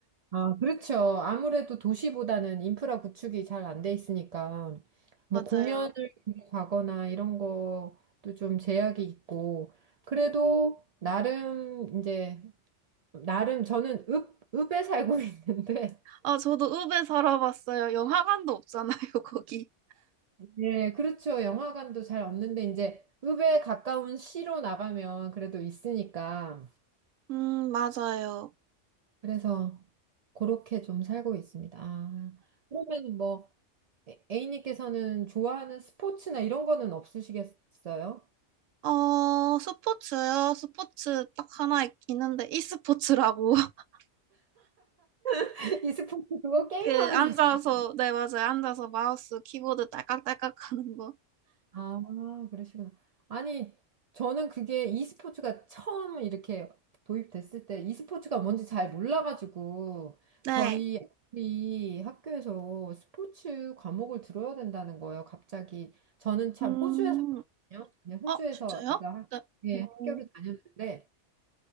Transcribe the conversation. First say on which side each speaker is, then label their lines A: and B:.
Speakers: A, on the right; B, on the right.
A: 아, 그렇죠. 아무래도 도시보다는 인프라 구축이 잘 안 돼 있으니까, 뭐
B: 맞아요.
A: 공연을 가거나 이런 것도 좀 제약이 있고, 그래도 나름 이제, 나름 저는 읍, 읍에 살고 <laughs> 있는데,
B: 아, 저도 읍에 살아봤어요. 영화관도 없잖아요, <laughs> 거기.
A: 네, 그렇죠. 영화관도 잘 없는데 이제 읍에 가까운 시로 나가면 그래도 있으니까.
B: 음, 맞아요.
A: 그래서 그렇게 좀 살고 있습니다. 아, 그러면 뭐 에- A님께서는 좋아하는 스포츠나 이런 거는 없으시겠어요?
B: 어, 스포츠요? 스포츠 딱 하나 있, 있는데, e스포츠라고. <laughs>
A: <laughs> 이 스포츠 그거 게임하는
B: 그, 앉아서,
A: 거죠.
B: 네, 맞아요. 앉아서 마우스, 키보드 딸깍딸깍 하는 거.
A: 아, 그러시구나. 아니, 저는 그게 e스포츠가 처음 이렇게 도입됐을 때 e스포츠가 뭔지 잘 몰라가지고
B: 네.
A: 저희 애들이 학교에서 스포츠 과목을 들어야 된다는 거예요, 갑자기. 저는 참
B: 음.
A: 호주에서 왔거든요. 네, 호주에서
B: 어, 진짜요?
A: 애가 학-
B: 네.
A: 예,
B: 오.
A: 학교를 다녔는데